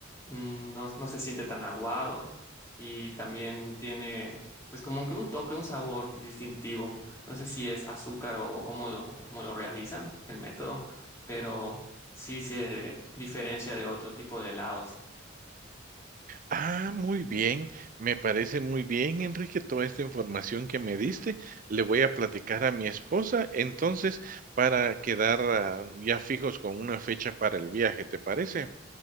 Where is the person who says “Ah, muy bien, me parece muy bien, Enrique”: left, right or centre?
Right